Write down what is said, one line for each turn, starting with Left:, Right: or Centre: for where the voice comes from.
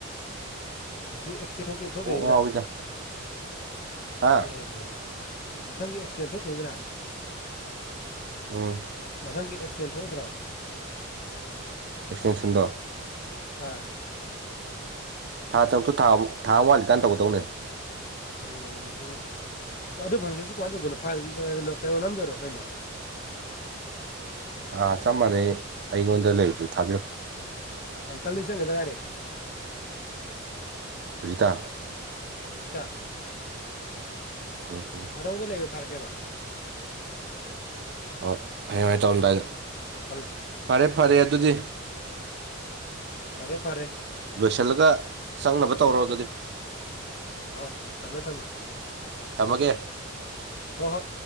Left: ꯈꯤꯇꯪ ꯑꯦꯛꯁꯗꯦꯟ ꯊꯣꯛꯀꯅꯤꯗꯅ
Right: ꯀꯣꯛ ꯉꯥꯎꯋꯤꯗ ꯍꯥ
Left: ꯑꯗꯨꯅꯤ ꯍꯥꯏꯁꯦ꯫ ꯃꯊꯪꯒꯤ ꯑꯦꯛꯁꯗꯦꯟ ꯊꯣꯛꯈꯅꯤꯗꯅ
Right: ꯎꯝ
Left: ꯃꯊꯪꯒꯤ ꯑꯦꯛꯁꯇꯦꯟ ꯊꯣꯛꯏꯗ꯭ꯔꯣ
Right: ꯑꯦꯛꯁꯇꯦꯟꯁꯟꯗꯣ
Left: ꯑ
Right: ꯊꯥ ꯇꯔꯨꯛꯇꯨ ꯊꯥ ꯊꯥ ꯑꯃ ꯋꯥꯠꯂꯤꯀꯥꯟ ꯇꯧꯒꯗꯧꯅꯦ꯫
Left: ꯎꯝ ꯑꯗꯨ ꯑꯗꯨ ꯄ꯭ꯔꯣꯁꯤꯁꯨ ꯀꯃꯥꯏꯅ ꯇꯧꯗꯣꯏꯅꯣ ꯀꯩꯅꯣ ꯅꯝꯗꯣꯏꯔꯣ ꯀꯩꯅꯣ
Right: ꯑꯥ ꯆꯞ ꯃꯥꯟꯅꯩ ꯑꯩꯉꯣꯟꯗ ꯂꯩꯕꯗꯨ ꯊꯥꯕꯤꯔꯛ
Left: ꯑꯪꯀꯜꯗ ꯆꯪꯒꯗ ꯉꯥꯏꯔꯦ꯫
Right: ꯍꯧꯖꯤꯇꯥ
Left: ꯍꯥꯑꯣꯖꯤꯛꯇ
Right: ꯑꯣ
Left: ꯑ ꯅꯧꯗ ꯂꯩꯌꯣ ꯊꯥꯔꯛꯀꯦꯕ
Right: ꯍꯣꯏ ꯍꯌꯦꯡꯉꯥꯏ ꯇꯧꯔꯝꯗꯥꯏꯗ
Left: ꯍꯜꯂ
Right: ꯐꯔꯦ ꯐꯔꯦ ꯑꯗꯨꯗꯤ
Left: ꯐꯔꯦ ꯐꯔꯦ
Right: ꯂꯣꯏꯁꯤꯜꯂꯒ ꯆꯪꯅꯕ ꯇꯧꯔꯣ ꯑꯗꯨꯗꯤ
Left: ꯍꯥꯎ ꯊꯃꯦ ꯊꯃꯦ
Right: ꯊꯃꯒꯦ
Left: ꯍꯣꯏ ꯍꯣꯏ